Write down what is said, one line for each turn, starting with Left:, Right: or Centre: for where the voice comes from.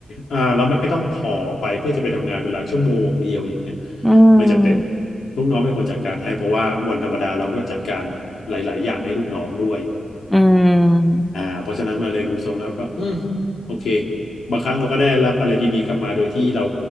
Left: อ่าเราไม่ต้องถ่อไปเพื่อจะไปทำงานเวลาชั่วโมงเดียวอย่างเงี้ย
Centre: อืม
Left: ไม่จะเป็นลูกน้องเป็นคนจัดการให้เพราะว่าวันธรรมดาเราก็จัดการหลายๆอย่างให้ลูกน้องด้วย
Centre: อืม
Left: อ่าเพราะฉะนั้นมาเลยดูทรงแล้วก็อืมโอเคบางครั้งเราก็ได้รับอะไรดี ๆ กลับมาโดยที่เรา